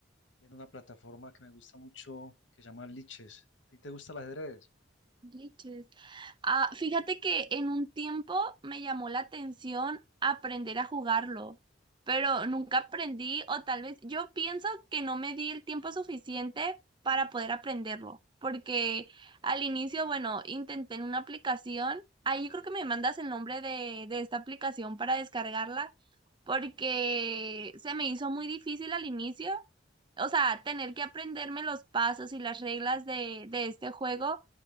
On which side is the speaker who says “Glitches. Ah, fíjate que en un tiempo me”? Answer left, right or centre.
Right